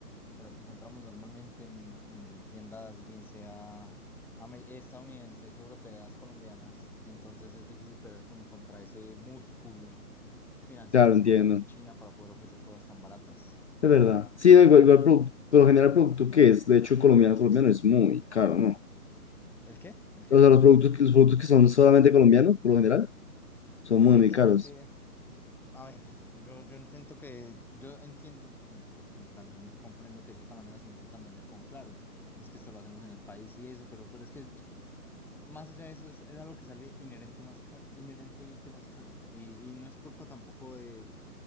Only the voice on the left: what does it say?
Claro,
entiendo.
Es verdad. Sí, no, igual, igual produ- por lo general el producto que es, de hecho, colombiano, colombiano es muy caro, ¿no?
O
sea, los productos, que- los productos que son solamente colombianos, por lo general, son
muy, muy
caros.